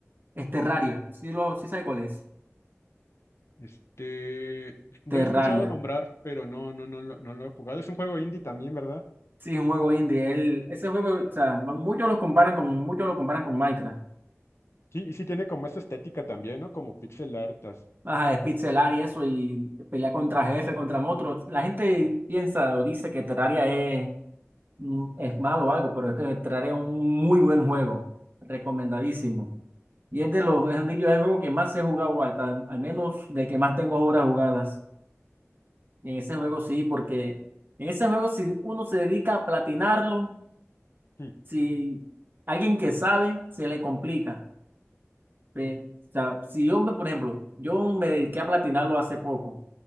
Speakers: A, on the right; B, on the left.
A: es Terraria, sí, lo, sí sabe cuál es,
B: Este, lo
A: Terraria,
B: he escuchado nombrar, pero no, no, no, lo- no lo he jugado. Es un juego indie también, ¿verdad?
A: sí, es un juego indie, él, ese juego, o sea, muchos los comparan con, muchos lo comparan con Minecraft.
B: Sí, y sí tiene como esa estética también, ¿no? Como pixel artas.
A: Ajá, despixelar y eso, y pelear contra jefe, contra monstruos. La gente piensa o dice que Terraria es, mm, es malo o algo, pero es que Terraria es un muy buen juego, recomendadísimo. Y es de los, es dicho, es el juego que más he jugado, al, tan- al menos de que más tengo horas jugadas. Y en ese juego sí, porque en ese juego si uno se dedica a platinarlo,
B: Sí,
A: si alguien que sabe, se le complica. Eh, o sea, si yo, me- por ejemplo, yo me dediqué a platinarlo hace poco.